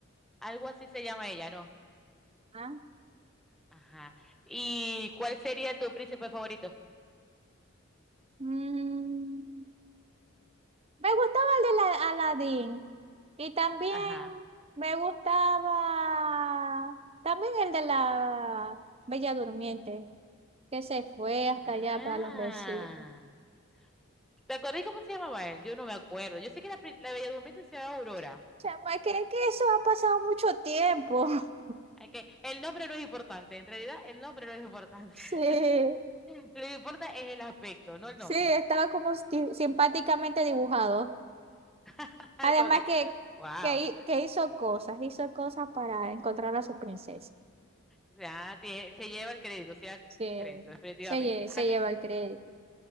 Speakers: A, in the centre; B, on the right.
A: algo así se llama ella, ¿no?
B: ¿ah?
A: Ajá. ¿Y cuál sería tu príncipe favorito?
B: Mm, me gustaba el de la Aladdin y también
A: Ajá.
B: me gustaba también el de la Bella Durmiente, que se fue
A: Ah.
B: hasta allá para los besitos.
A: ¿Te acordás cómo se llamaba él? Yo no me acuerdo. Yo sé que la, pri- la Bella Durmiente se llamaba Aurora.
B: chama sea, ma, que, es que eso ha pasado mucho tiempo. <laughs>
A: Okay. El nombre no es importante, en realidad el nombre no es importante.
B: Sí,
A: <laughs> Lo que importa es el aspecto, no el
B: sí,
A: nombre.
B: estaba como si- simpáticamente dibujado.
A: <laughs>
B: Además
A: Como que,
B: que,
A: wow.
B: que, hi- que hizo cosas, hizo cosas para encontrar a su princesa.
A: O sea, tiene- se lleva el crédito, se lleva el
B: Sí,
A: crédito, definitivamente.
B: se, lle-
A: A
B: se
A: mí,
B: lleva el crédito.